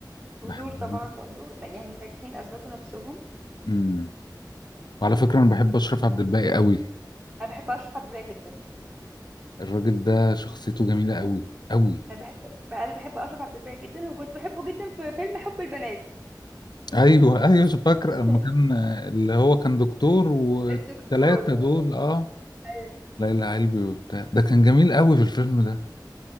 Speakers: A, on the right (about 25°); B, on the left (about 65°).
A: ودول
B: بحبهم
A: طبعا برضو يعني ناجحين أثبتوا نفسهم
B: امم وعلى فكرة انا بحب اشرف عبد الباقي قوي
A: أنا بحب أشرف عبد الباقي جدا
B: الراجل ده شخصيته جميلة قوي قوي
A: انا بحب بقى انا بحب اشرف عبد الباقي جدا وكنت بحبه جدا في فيلم حب البنات
B: ايوه ايوه فاكر
A: <laughs>
B: لما كان اللي هو كان دكتور والتلاتة
A: الدكتور آه،
B: دول اه
A: ايوه
B: ليلى علوي وبتاع ده كان جميل قوي في الفيلم ده